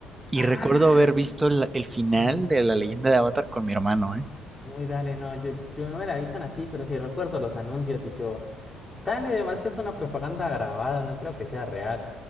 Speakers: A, on the right (about 20°); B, on the left (about 20°).
A: Y
B: Ah,
A: recuerdo haber visto el, el final
B: sí, dale.
A: de la leyenda de Avatar con mi hermano, ¿eh?
B: Uy, dale, no, yo, yo no me la vi tan así, pero sí recuerdo los anuncios y yo, dale, además que es una propaganda grabada, no creo que sea real,